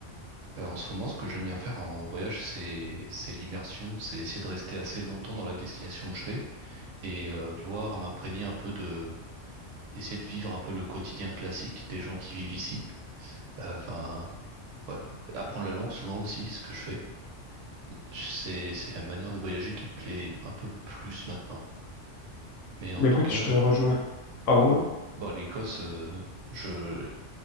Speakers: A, on the right (about 80°); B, on the left (about 80°).
A: Euh, en ce moment, ce que j'aime bien faire en voyage, c'est c'est l'immersion, c'est essayer de rester assez longtemps dans la destination où je vais et euh, voir, m'imprégner un peu de, essayer de vivre un peu le quotidien classique des gens qui vivent ici. Euh, Enfin, ouais, apprendre la langue souvent aussi, ce que je fais. C'est c'est la manière de voyager qui me plaît un peu plus maintenant. Mais en
B: Ben
A: tout
B: écoute,
A: cas,
B: je te
A: ouais,
B: rejoins.
A: ouais.
B: Pardon. oui.
A: Bon, l'Écosse, euh, je